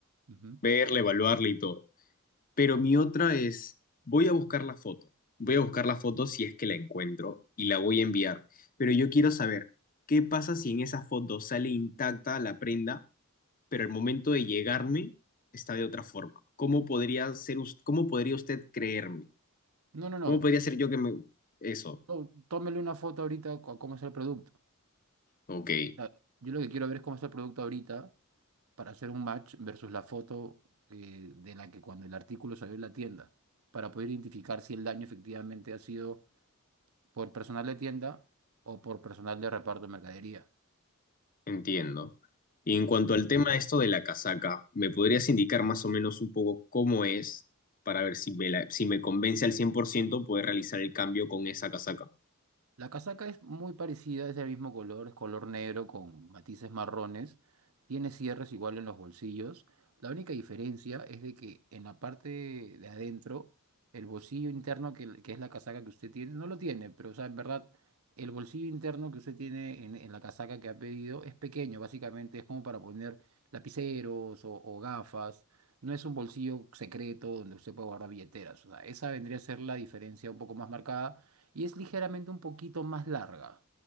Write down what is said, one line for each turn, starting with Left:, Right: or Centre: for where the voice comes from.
Right: ujú.
Left: verla, evaluarla y todo. Pero mi otra es, voy a buscar la foto. Voy a buscar la foto si es que la encuentro y la voy a enviar. Pero yo quiero saber, ¿qué pasa si en esa foto sale intacta la prenda, pero al momento de llegarme está de otra forma? ¿Cómo podría ser, us- cómo podría usted creerme?
Right: No, no, no.
Left: ¿Cómo podría ser yo que me... Eso,
Right: tó- Tómele una foto ahorita a cómo es el producto. O
Left: ok.
Right: sea, yo lo que quiero ver es cómo es el producto ahorita para hacer un match versus la foto eh, de la que cuando el artículo salió en la tienda, para poder identificar si el daño efectivamente ha sido por personal de tienda o por personal de reparto de mercadería.
Left: Entiendo. Y en cuanto al tema de esto de la casaca, ¿me podrías indicar más o menos un poco cómo es para ver si me, la- si me convence al 100% poder realizar el cambio con esa casaca?
Right: La casaca es muy parecida, es del mismo color, es color negro con matices marrones, tiene cierres igual en los bolsillos. La única diferencia es de que en la parte de adentro, el bolsillo interno que, que es la casaca que usted tiene, no lo tiene, pero o sea, en verdad, el bolsillo interno que usted tiene en, en la casaca que ha pedido es pequeño, básicamente es como para poner lapiceros o, o gafas. No es un bolsillo secreto donde usted puede guardar billeteras. O sea, esa vendría a ser la diferencia un poco más marcada y es ligeramente un poquito más larga.